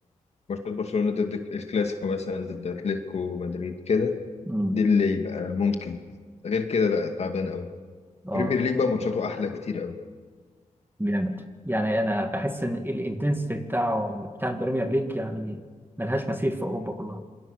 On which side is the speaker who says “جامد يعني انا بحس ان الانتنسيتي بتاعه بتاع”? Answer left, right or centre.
Right